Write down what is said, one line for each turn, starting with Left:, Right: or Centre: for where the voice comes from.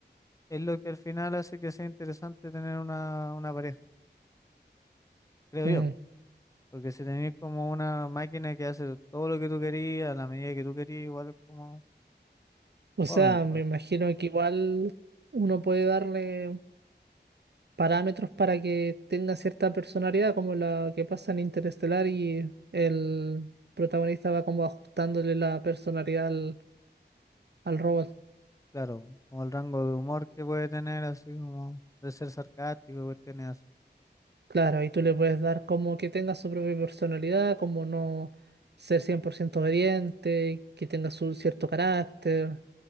Left: es lo que al final hace que sea interesante tener una, una pareja, creo
Right: Mm.
Left: yo. Porque si tenés como una máquina que hace todo lo que tú querías, a la medida que tú querías, igual es como...
Right: O
Left: Fome,
Right: sea, me
Left: pues,
Right: imagino que igual uno puede darle. parámetros para que tenga cierta personalidad, como la que pasa en Interestelar y el protagonista va como ajustándole la personalidad al, al robot.
Left: claro, como el rango de humor que puede tener, así como de ser sarcástico, y cuestiones así.
Right: Claro, y tú le puedes dar como que tenga su propia personalidad, como no ser 100% obediente, que tenga su cierto carácter,